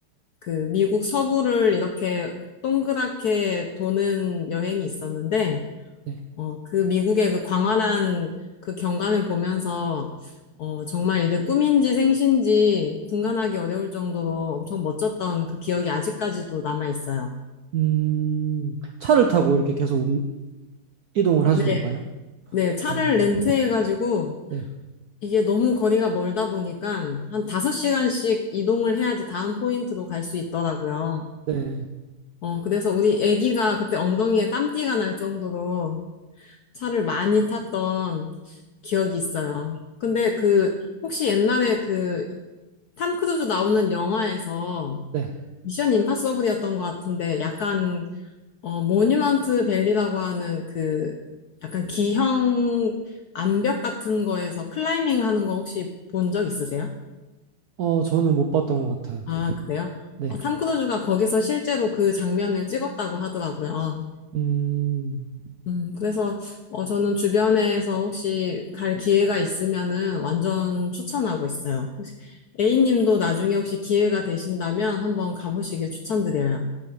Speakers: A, on the left; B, on the right.
A: 그 미국 서부를 이렇게 동그랗게 도는 여행이 있었는데,
B: 네.
A: 어, 그 미국의 그 광활한 그 경관을 보면서, 어, 정말 이게 꿈인지 생신지 분간하기 어려울 정도로 엄청 멋졌던 그 기억이 아직까지도 남아 있어요.
B: 음, 차를 타고 이렇게 계속 운- 이동을 하신
A: 네,
B: 건가요?
A: 네, 차를
B: 음,
A: 렌트해가지고,
B: 네,
A: 이게 너무 거리가 멀다 보니까 한 5시간씩 이동을 해야지 다음 포인트도 갈 수 있더라고요.
B: 네,
A: 어, 그래서 우리 애기가 그때 엉덩이에 땀띠가 날 정도로 차를 많이 탔던 기억이 있어요. 근데 그, 혹시 옛날에 그, 탐 크루즈 나오는 영화에서
B: 네.
A: 미션 임파서블이었던 것 같은데 약간, 어, 모뉴먼트 밸리라고 하는 그, 약간 기형 암벽 같은 거에서 클라이밍 하는 거 혹시 본 적 있으세요?
B: 어, 저는 못 봤던 것 같아요.
A: 아, 그래요?
B: 네.
A: 어, 탐 크루즈가 거기서 실제로 그 장면을 찍었다고 하더라고요.
B: 음,
A: 음, 그래서 어, 저는 주변에서 혹시 갈 기회가 있으면은 완전 추천하고 있어요. 혹시 A님도 나중에 혹시 기회가 되신다면 한번 가보시길 추천드려요.